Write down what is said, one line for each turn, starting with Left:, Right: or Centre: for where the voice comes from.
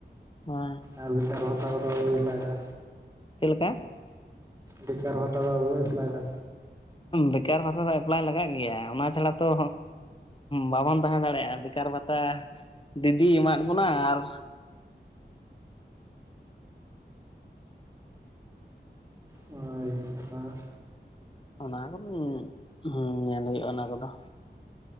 Left: <unintelligible>
Right: ᱟᱨ ᱵᱮᱠᱟᱨ ᱵᱷᱟᱛᱟ ᱠᱚᱫᱚ <unintelligible> ᱵᱟᱲᱟᱭᱮᱫᱟ?
Left: ᱪᱮᱫ ᱞᱮᱠᱟ?
Right: ᱵᱮᱠᱟᱨ ᱵᱦᱟᱛᱟ ᱫᱚ ᱵᱟᱵᱤᱱ ᱮᱯᱞᱟᱭ ᱮᱫᱟ?
Left: ᱵᱮᱠᱟᱨ ᱵᱷᱟᱛᱟ ᱫᱚ ᱮᱯᱞᱟᱭ ᱞᱟᱜᱟᱜ ᱜᱮᱭᱟ ᱚᱱᱟ ᱪᱷᱟᱲᱟ ᱛᱚ ᱵᱟᱵᱚᱱ ᱛᱟᱦᱮᱸ ᱫᱟᱲᱮᱭᱟᱜᱼᱟ ᱵᱮᱠᱟᱨ ᱵᱷᱟᱛᱟ ᱫᱤᱫᱤ ᱮᱢᱟᱫ ᱵᱚᱱᱟ ᱟᱨ
Right: ᱦᱳᱭ ᱟᱜ
Left: ᱚᱱᱟ ᱠᱚᱫᱚ <unintelligible> ᱧᱮᱞ ᱦᱩᱭᱩᱜᱼᱟ ᱚᱱᱟ ᱠᱚᱫᱚ